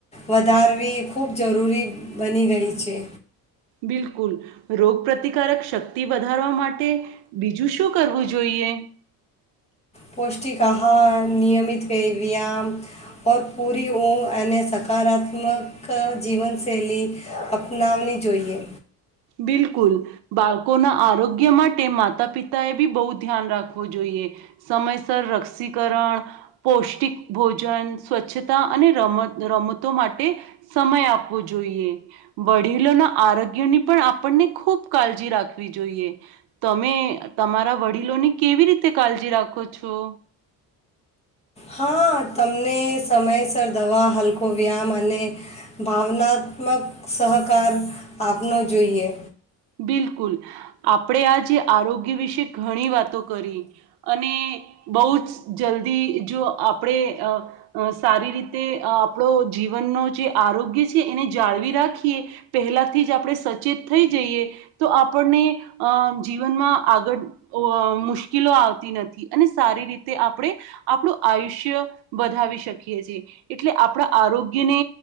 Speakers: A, on the left; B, on the right.
A: વધારવી ખૂબ જરૂરી બની ગઈ છે
B: બિલકુલ રોગ પ્ર્રતિકારક શક્તિ વધારવા માટે બીજું શું કરવું જોઈએ?
A: પૌષ્ટિક આહાર નિયમિત વ્યાયામ ઓર પૂરી ઊંઘ અને સકારાત્મક જીવનશૈલી અપનાવવી જોઈએ.
B: બિલકુલ બાળકોના આરોગ્ય માટે માતા પિતાએ બી બહુ ધ્યાન રાખવું જોઈએ સમયસર રસીકરણ, પૌષ્ટિક ભોજન, સ્વચ્છતા અને રમત રમતો માટે સમય આપવો જોઈએ. વડીલોના આરોગ્યની પણ આપણને ખૂબ કાળજી રાખવી જોઈએ તમે તમારા વડીલોની કેવી રીતે કાળજી રાખો છો?
A: હા તમને સમયસર દવા હલકો વ્યાયામ અને ભાવનાત્મક સહકાર આપનો જોઈએ.
B: બિલકુલ આપણે આ જે આરોગ્ય વિશે ઘણી વાતો કરી અને બઉ જ જલ્દી જો આપણે અ સારી રીતે આપણો જીવનનો જે આરોગ્ય છે એને જાળવી રાખીએ પહેલાથી જ આપણે સચેત થઈ જઈએ તો આપણને અ જીવનમાં આગળ અ મુશ્કેલો આવતી નથી અને સારી રીતે આપણે આપણું આયુષ્ય વધાવી શકીએ છે એટલે આપણા આરોગ્યને